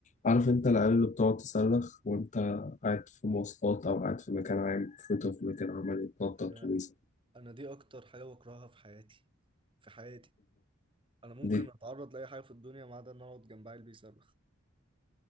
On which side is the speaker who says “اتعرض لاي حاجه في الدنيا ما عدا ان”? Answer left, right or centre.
Right